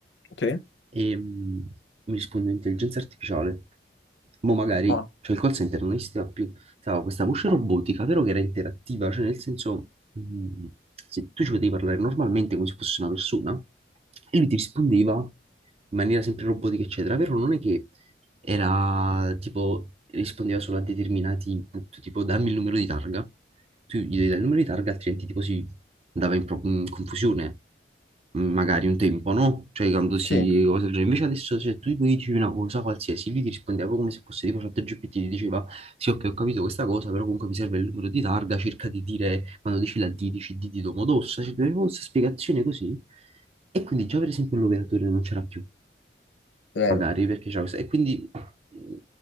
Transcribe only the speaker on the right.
e mh, mi risponde intelligenza artificiale. Mo' magari,
cioè il call center non esisteva più, stava questa voce robotica, vero che era interattiva, cioè nel senso, mh, se tu ci potevi parlare normalmente come se fosse una persona e lui ti rispondeva in maniera sempre robotica, eccetera, vero? Non è che era tipo rispondeva solo a determinati input, tipo dammi il numero di targa tu gli devi dare il numero di targa, altrimenti tipo si andava in, pro- in confusione, mm, magari un tempo, no? Cioè quando si...
cose del genere. Invece adesso se tu gli dici una cosa qualsiasi, lui ti rispondeva proprio come se fosse tipo ChatGPT, ti diceva sì ok ho capito questa cosa, però comunque mi serve il numero di targa, cerca di dire, quando dici la D, dici D di Domodossa, cioè avevo questa spiegazione così. E quindi già per esempio l'operatore non c'era più,
magari, perché c'era questa... E quindi mm,